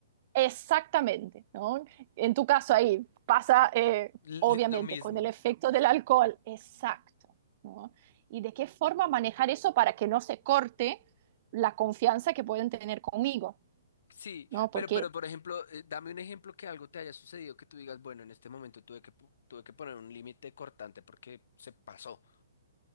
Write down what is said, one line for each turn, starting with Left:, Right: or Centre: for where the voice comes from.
Right: Exactamente, ¿no? En tu caso ahí pasa, eh,
Left: Li-
Right: obviamente,
Left: li- lo mismo.
Right: con el efecto del alcohol, exacto, ¿no? ¿Y de qué forma manejar eso para que no se corte la confianza que pueden tener conmigo,
Left: Sí,
Right: ¿no?
Left: pero,
Right: Porque
Left: pero por ejemplo, eh, dame un ejemplo que algo te haya sucedido que tú digas, bueno, en este momento tuve que, pu- tuve que poner un límite cortante porque se pasó.